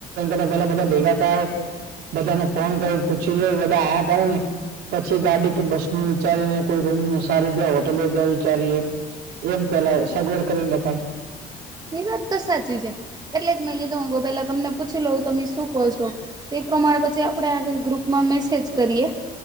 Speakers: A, on the right (about 80°); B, on the right (about 25°).
A: તા પેલા બધા ભેગા થયા બધાને ફોન કરીને પૂછી લ બધા આ પડે ને પછી ગાડી કે બસ નું વિચારીને કોઈ રૂમ ન સારીી ત્યાં હોટેલો ત્યાં વિચારીએ એમ પેલા સગવડ કરીને દેખાય
B: એ વાત તો સાચી છે એટલે જ મે કધુંહ પેલા તમને પૂછી લઉ તમે શું કહો છો પ્રમાણે પછી આપણેે આળ ગ્રુપમાં મેસેજ કરીએ